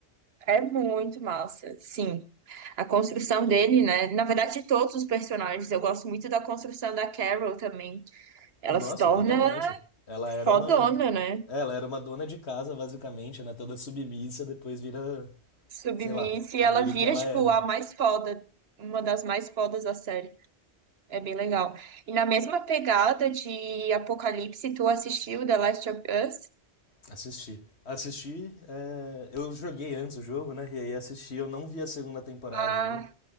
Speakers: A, on the right; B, on the left.
A: É muito massa, sim. A construção dele, né? Na verdade, de todos os personagens, eu gosto muito da construção da Carol também. Ela
B: Nossa,
A: se torna
B: totalmente. Ela era
A: fodona,
B: uma
A: né?
B: é, ela era uma dona de casa, basicamente, né? Toda submissa, depois vira,
A: Submissa
B: sei lá,
A: e
B: vira
A: ela vira,
B: o que ela
A: tipo,
B: é, né?
A: a mais foda, uma das mais fodas da série. É bem legal. E na mesma pegada de Apocalipse, tu assistiu The Last of Us?
B: Assisti. Assisti, é, eu joguei antes o jogo, né? E aí assisti, eu não vi a segunda temporada
A: Ah,
B: ainda,